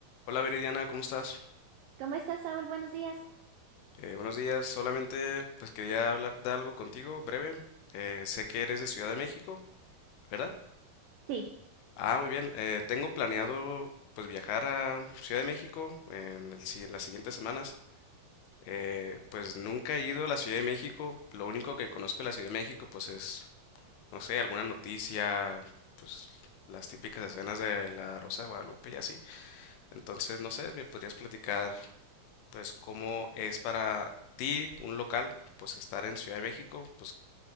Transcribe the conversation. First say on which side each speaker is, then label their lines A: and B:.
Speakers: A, on the left (about 80°); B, on the right (about 85°).
A: Hola Viridiana, ¿cómo estás?
B: ¿Cómo estás, Saúl? Buenos días.
A: Eh, buenos días, solamente pues quería hablar de algo contigo, breve. Eh, sé que eres de Ciudad de México, ¿verdad?
B: Sí,
A: Ah, muy bien. eh, tengo planeado pues viajar a Ciudad de México en el si- en las siguientes semanas. Eh, pues nunca he ido a la Ciudad de México. Lo único que conozco de la Ciudad de México pues es, no sé, alguna noticia, pues las típicas escenas de la Rosa de Guadalupe y así. Entonces, no sé, ¿me podrías platicar pues cómo es para ti, un local, pues estar en Ciudad de México, pues